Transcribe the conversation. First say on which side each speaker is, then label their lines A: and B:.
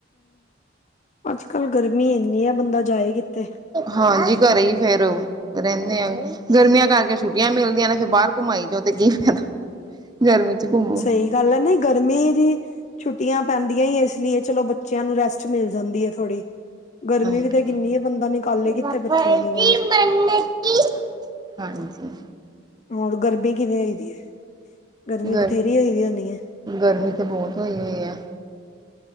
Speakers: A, on the left (about 40°); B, on the right (about 20°).
A: ਅੱਜਕੱਲ ਗਰਮੀ ਇਨੀ ਆ, ਬੰਦਾ ਜਾਏ ਕਿੱਥੇ।
B: ਹਾਂਜੀ, ਘਰੇ ਹੀ ਫੇਰ ਰਹੋ। ਰਹਿੰਦੇ ਆ ਗਰਮੀਆਂ ਕਰਕੇ ਛੁੱਟੀਆਂ ਮਿਲਦੀਆਂ ਨੇ ਫਿਰ ਬਾਹਰ ਘੁੰਮਾਈ ਜਾਓ ਤੇ ਕੀ ਫਾਇਦਾ। ਗਰਮੀ ਚ। ਘੁੰਮੋ
A: ਸਹੀ ਗੱਲ ਹੈ। ਨਹੀਂ ਗਰਮੀ ਦੀ। ਛੁੱਟੀਆਂ ਪੈਂਦੀਆਂ ਹੀ, ਇਸ ਲਈ ਏ। ਚਲੋ ਬੱਚਿਆਂ ਨੂੰ, ਰੈਸਟ ਮਿਲ ਜਾਂਦੀ ਹੈ, ਥੋੜੀ। ਗਰਮੀ
B: ਹਾਂਜੀ।
A: ਵੀ ਤਾਂ ਕਿੰਨੀ ਹੈ। ਬੰਦਾ ਨਿਕਾਲੇ ਕਿੱਥੇ,
B: ਵਫ਼ਰਜ਼ੀ
A: ਬੱਚਿਆਂ ਨੂੰ ਬਾਹਰ।
B: ਮੰਨਕੀ ਹਾਂਜੀ।
A: ਹੁਣ, ਗਰਮੀ ਕਿਵੇਂ ਹੋ ਦੀ ਹੈ? ਗਰਮੀ
B: ਗਰ
A: ਬਥੇਰੀ ਹੋਈ ਦੀ ਹੋਣੀ ਹੈ।
B: ਗਰਮੀ ਤੇ, ਬਹੁਤ ਹੋਈ ਹੁਈ ਹੈ।